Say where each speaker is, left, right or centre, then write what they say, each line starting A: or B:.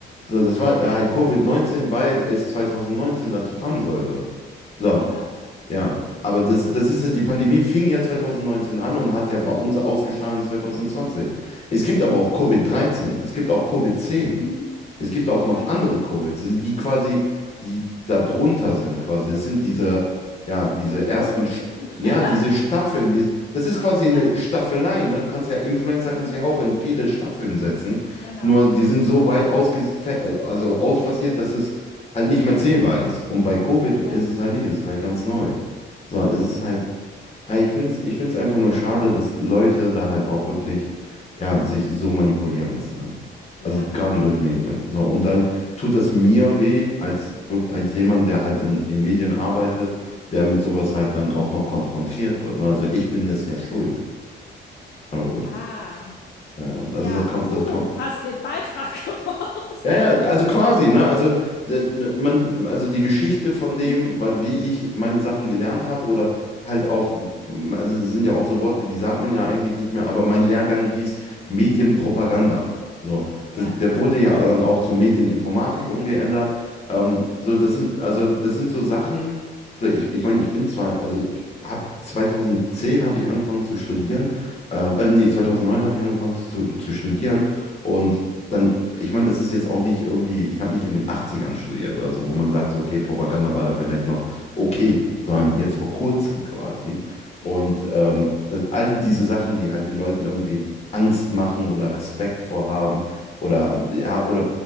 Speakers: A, on the left (about 30°); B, on the left (about 55°).
A: So, das war halt
B: ja,
A: Covid-19, weil es 2019 dazu kommen sollte. So,
B: genau.
A: ja. Aber das, das ist, ja- die Pandemie fing ja 2019 an und hat ja bei uns ausgeschlagen in 2020. Es gibt
B: ja,
A: aber auch Covid-13, es gibt auch Covid-10.
B: mhm,
A: es gibt auch noch
B: genau.
A: andere Covid, also die quasi, die da drunter sind quasi. Das sind diese, ja, diese
B: Prototypen.
A: ersten, St-
B: <laughs>
A: ja, diese Staffeln. Die, das ist quasi eine
B: Ja,
A: Staffelei, ne? Du kannst ja Influencer, kannst
B: mhm,
A: du ja auch in viele Staffeln setzen.
B: genau.
A: Nur die sind so weit ausges fe- also ausfassiert, dass es halt nicht mehr zählbar ist. Und bei Covid
B: Ja,
A: ist es halt nicht, es ist halt ganz neu. So, es ist
B: ja,
A: halt, aber Ich finde es ich find's einfach nur schade, dass Leute da halt auch wirklich, ja, sich so manipulieren lassen einfach.
B: ja.
A: Also gerade durch Medien. So, und dann tut das mir weh, als, wirk- als jemand, der halt in, in Medien arbeitet, der mit sowas halt dann auch noch konfrontiert wird. Ne? Also ich bin das ja schuld. Aber gut.
B: Ah,
A: Ja, und also
B: ja,
A: das kommt,
B: du
A: das kommt.
B: hast den Beitrag <laughs> gemacht.
A: Ja, ja, also quasi, ne? Also, äh, ne, man, also die Geschichte von dem,
B: Mhm,
A: wa- wie ich meine Sachen gelernt habe, oder halt auch, m, also das sind ja auch so Worte, die sagt man ja eigentlich nicht mehr, aber mein Lehrgang hieß Medienpropaganda. So, das,
B: ja,
A: der wurde ja dann auch zur Medieninformatik umgeändert. Ähm, so, das sind, also das sind so Sachen, so ich, ich meine, ich bin zwar, also ich habe 2010 habe ich angefangen zu studieren, ähm, äh, nee, 2009 habe ich angefangen zu, zu studieren. Und dann, ich meine, das ist jetzt auch nicht irgendwie, ich habe nicht in den Achtzigern studiert oder so, wo man sagt, so, okay, Propaganda war da vielleicht noch okay, sondern jetzt vor kurzem quasi. Und
B: ja.
A: ähm, das, all diese Sachen, die halt den Leuten irgendwie Angst machen oder Respekt vorhaben oder, ja, oder